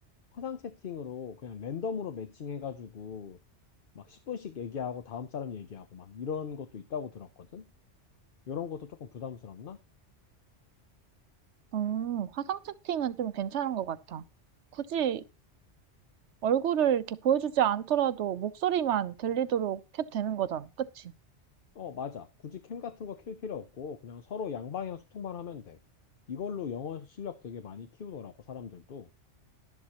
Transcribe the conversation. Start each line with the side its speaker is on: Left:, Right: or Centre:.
Left: 화상 채팅으로 그냥 랜덤으로 매칭해가지고 막 10분씩 얘기하고 다음 사람 얘기하고 막 이런 것도 있다고 들었거든? 이런 것도 조금 부담스럽나?
Right: 음, 화상 채팅은 좀 괜찮은 것 같아. 굳이 얼굴을 이렇게 보여주지 않더라도 목소리만 들리도록 해도 되는 거잖아. 그치?
Left: 어, 맞아. 굳이 캠 같은 거 킬 필요 없고 그냥 서로 양방향 소통만 하면 돼. 이걸로 영어 실력 되게 많이 키우더라고, 사람들도.